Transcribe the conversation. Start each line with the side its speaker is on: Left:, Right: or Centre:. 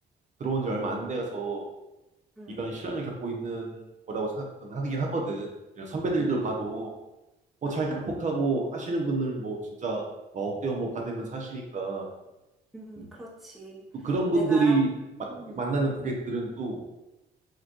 Right: 들어온 지 얼마 안 돼서
Centre: 음.
Right: 이런 시련을 겪고 있는 거라고 생각은 하긴 하거든. 그냥 선배들도
Centre: 음.
Right: 봐도, 뭐, 잘
Centre: 어허.
Right: 극복하고 하시는 분들, 뭐, 진짜, 뭐 억대어 뭐 받으면서 하시니까,
Centre: 음,
Right: 음.
Centre: 그렇지.
Right: 또 그런 분들이
Centre: 내가,
Right: 마-
Centre: 어, 음,
Right: 만나는 고객들은 또,